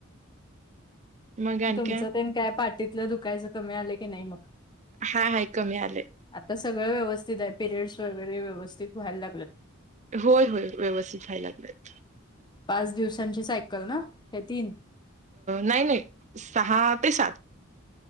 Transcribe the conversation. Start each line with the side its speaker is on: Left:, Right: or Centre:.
Right: मग आणि
Left: तुमचं
Right: काय?
Left: ते कायं पाठीतलं दुकायचं कमी आलं की नाहीं मंग
Right: हां हांय कमी आलेय
Left: आंता सगळं व्यवस्थित आहे पिरियड्स वगैरें व्यवस्थित व्हांयला लागतं
Right: होयं होयं व्यवस्थित व्हांयला लागलेत
Left: पांच दिवसांची सायकल नां हे तीनं
Right: नाहीं नाहीं सहा ते सात